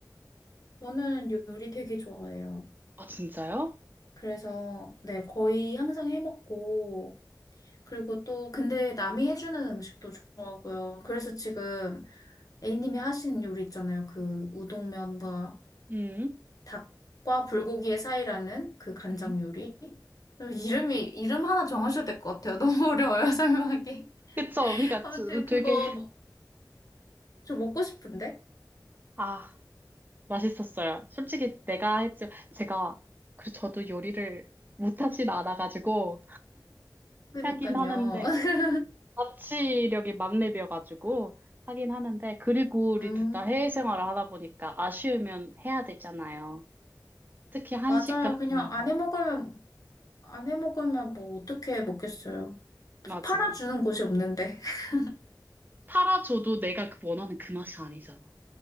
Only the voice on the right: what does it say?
아, 진짜요?
음,
음.
그쵸. 그러니까
저-
되게
아, 맛있었어요. 솔직히 내가 했죠. 제가 그 저도 요리를 못하진 않아가지고
하긴 하는데
자치력이 만렙이어가지고 하긴 하는데 그리고 우리
둘 다 해외 생활을 하다 보니까 아쉬우면 해야 되잖아요. 특히 한식
같은
거.
맞아요.
팔아줘도 내가 그 원하는 그 맛이 아니잖아.